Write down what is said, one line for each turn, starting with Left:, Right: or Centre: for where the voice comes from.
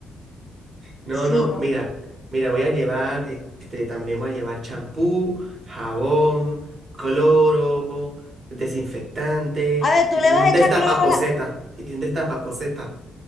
Right: No,
Left: sí,
Right: no,
Left: no.
Right: mira, mira, voy a llevar, eh, este, también voy a llevar champú, jabón, cloro, desinfectante
Left: A ver, tú
Right: y
Left: le
Right: un
Left: vas a echar
Right: destapaposeta.
Left: cloro a la,
Right: Y un destapaposeta.